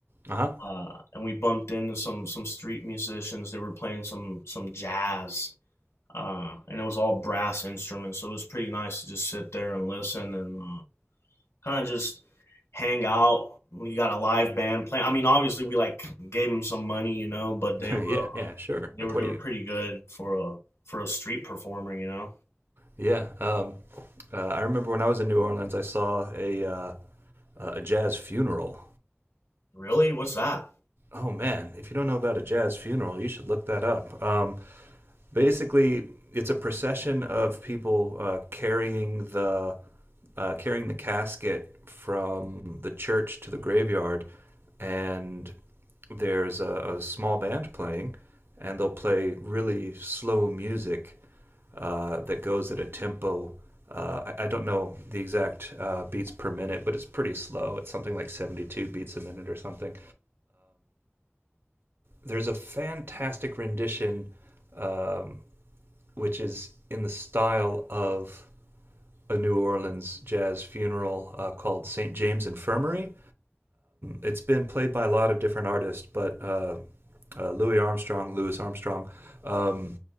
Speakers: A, on the right; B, on the left.
A: <laughs> uh huh.
B: Uh, and we bumped into some some street musicians. They were playing some some jazz uh, and it was all brass instruments, so it was pretty nice to just sit there and listen and uh, kind of just hang out. We got a live band playing. I mean, obviously we like gave them some money, you know, but they
A: <laughs>
B: were uh,
A: yeah, yeah, sure.
B: they
A: Like,
B: were
A: what
B: they were
A: do you?
B: pretty good for a for a street performer, you know.
A: Yeah. Um, uh, I remember when I was in New Orleans, I saw a uh, a jazz funeral.
B: Really, what's that?
A: Oh man, if you don't know about a jazz funeral, you should look that up. Um, basically it's a procession of people uh, carrying the uh, carrying the casket from the church to the graveyard, and there's a, a small band playing, and they'll play really slow music uh, that goes at a tempo. Uh, I, I don't know the exact uh, beats per minute, but it's pretty slow. It's something like 72 beats a minute or something. There's a fantastic rendition um, which is in the style of a New Orleans jazz funeral uh, called St. James Infirmary. It's been played by a lot of different artists, but uh, uh, Louis Armstrong, Louis Armstrong, um,